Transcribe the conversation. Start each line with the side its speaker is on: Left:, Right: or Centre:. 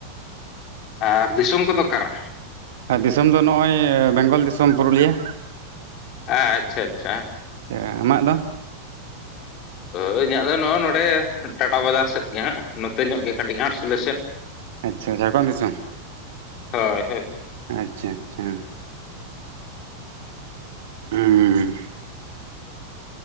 Left: ᱟᱨ ᱫᱤᱥᱚᱢ ᱠᱚᱫᱚ ᱚᱠᱟᱨᱮ?
Right: ᱟᱨ ᱫᱤᱥᱚᱢ ᱫᱚ ᱱᱚᱜᱼᱚᱭ ᱵᱮᱝᱜᱚᱞ ᱫᱤᱥᱚᱢ ᱯᱩᱨᱩᱞᱤᱭᱟᱹ,
Left: ᱟᱪᱪᱷᱟ ᱟᱪᱪᱷᱟ,
Right: ᱪᱷᱟ ᱟᱢᱟᱜ ᱫᱚ?
Left: ᱚᱸ ᱤᱧᱟᱹᱜ ᱫᱚ ᱱᱚᱜᱼᱚᱭ ᱱᱚᱸᱰᱮ ᱴᱟᱴᱟ ᱵᱟᱡᱟᱨ ᱥᱮᱫ ᱜᱮ ᱦᱟᱸᱜ ᱱᱚᱛᱮ ᱧᱚᱜ ᱜᱮ ᱠᱟᱹᱴᱤᱡ ᱜᱷᱟᱴᱥᱤᱞᱟᱹ ᱥᱮᱫ,
Right: ᱟᱪᱪᱷᱟ ᱡᱷᱟᱲᱠᱷᱚᱸᱰ ᱫᱤᱥᱚᱢ
Left: ᱦᱳᱭ ᱦᱳᱭ
Right: ᱟᱪᱪᱷᱟ ᱟᱪᱪᱷᱟ, <unintelligible>